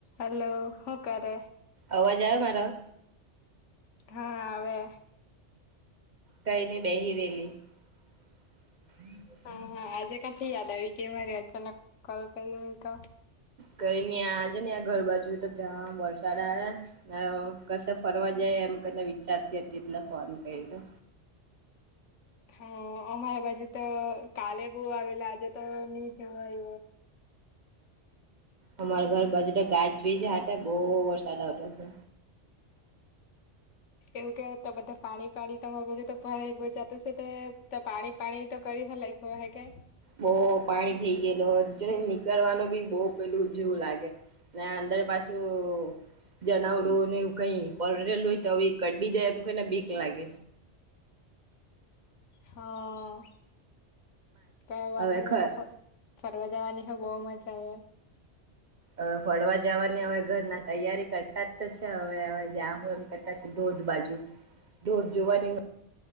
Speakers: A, on the left; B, on the right.
A: Hello, હૂ કરે
B: અવાજ આવે મારા
A: હા આવે
B: કઈ નઈ બેહીરેલી <unintelligible> <inaudible>
A: હા હા આજે યાદ આવી ગઈ મારે અચાનક કોલ કરી. તો
B: કઈ નઇ આજે ને ઘર બાજુ તો જ વરસાદ આવે. ના કશે ફરવા જાય એમ કને વિચારતી હતી, એટલે ફોન કરીયો
A: હમ્મ અમારા બાજુ તો કાલે બહૂ આવેલા આજે તો નહી જવા એ
B: અમારા ઘર બાજુ ગાજવીજ હતા, બહુ વરસાદ આવતો હતો.
A: એવું કેય તો બધા પાણી પાણી તમારી જે તો ભરે જાતું છે, પાણી પાણી તો કરી લખવા હે કે
B: બહૂ પાણી થઈ ગયેલ જ નીકળવાનું બી બહ પેલું જેવું લાગે. મે અંદર પાછું જણવડું ને એવું કઈ પરેલું હોય તો કરડી જાય એમ કઈને બીક લાગે.
A: હા કઈ વારતા
B: હવે
A: ફરવા જવાની હ હૂ મજા આવે.
B: હ ફરવા જવાની હવે ઘરના તૈયારી કરતા જ છે, હવે હવે જાહુ એમ ધ બાજુ ઢોર જોવા અને